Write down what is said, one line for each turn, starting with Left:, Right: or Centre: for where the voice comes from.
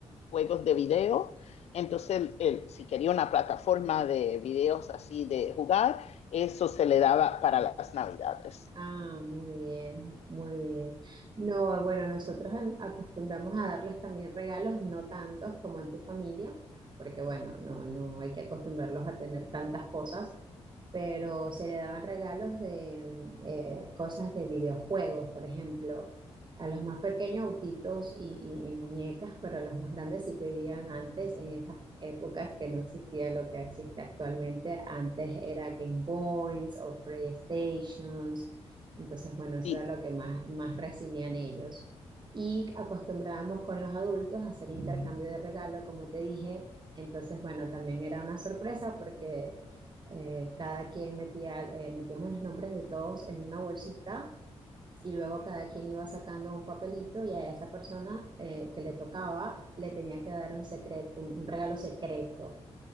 Left: juegos de video, entonces, él, si quería una plataforma de videos así de jugar, eso se le daba para las navidades.
Right: Ah, muy bien, muy bien. No, bueno, nosotros acostumbramos a darles también regalos, no tantos como en tu familia, porque bueno, no, no hay que acostumbrarlos a tener tantas cosas, pero se le daban regalos de eh, cosas de videojuegos, por ejemplo. A los más pequeños autitos y, y- y muñecas, pero a los más grandes sí pedían antes, en esas épocas que no existía lo que existe actualmente. Antes era Game Boys o PlayStations. Entonces, bueno, eso
Left: Sí,
Right: era lo que más, más recibían ellos. Y acostumbrábamos con los adultos a hacer intercambio de regalo, como te dije. Entonces, bueno, también era una sorpresa porque eh, cada quien metía, eh, metíamos los nombres de todos en una bolsita y luego cada quien iba sacando un papelito y a esa persona eh, que le tocaba le tenía que dar un secreto, un, un regalo secreto.